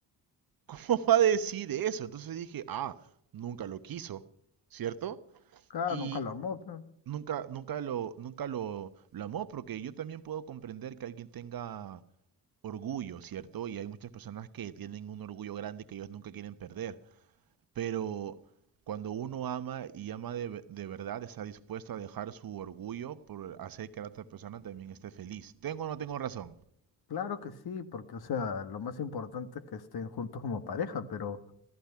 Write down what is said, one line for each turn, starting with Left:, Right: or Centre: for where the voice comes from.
Right: ¿Cómo va a decir eso? Entonces dije, ah, nunca lo quiso, ¿cierto?
Left: Claro,
Right: Y
Left: nunca lo amó, pues.
Right: nunca, nunca lo, nunca lo, lo amó, porque yo también puedo comprender que alguien tenga orgullo, ¿cierto? Y hay muchas personas que tienen un orgullo grande que ellos nunca quieren perder. Pero cuando uno ama y ama de, ve- de verdad, está dispuesto a dejar su orgullo por hacer que la otra persona también esté feliz. ¿Tengo o no tengo razón?
Left: Claro que sí, porque, o sea, lo más importante es que estén juntos como pareja, pero,